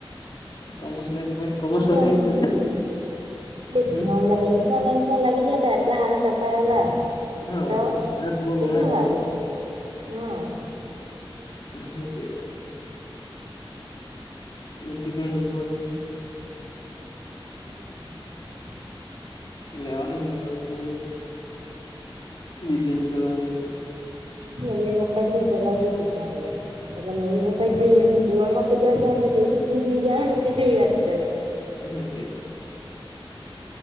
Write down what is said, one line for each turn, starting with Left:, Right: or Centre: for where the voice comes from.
Left: કોમર્સ લે તો પછી કોમર્સ વાળી
Right: <unintelligible>
Left: લાઈન પર જ જાવ
Right: બેંકમાં
Left: હમ
Right: લાઈ માં લાગી જતા, એટલા હારા ટકા આયેલા,
Left: હા
Right: તો
Left: વળી આર્ટસ બો
Right: કેટલું
Left: ઘણા રહ્યા
Right: હારું હે. હા.
Left: <unintelligible> <unintelligible>
Right: <inaudible>
Left: લેવાનું ન હોય તો, બીજે જ કરવાનું હોય તો.
Right: મમ્મી પપ્પા જે કરવા <unintelligible> એટલે મમ્મી પપ્પા જે એમ કુવામાં કૂદવા કેવાન તો તે બી <unintelligible>
Left: <unintelligible>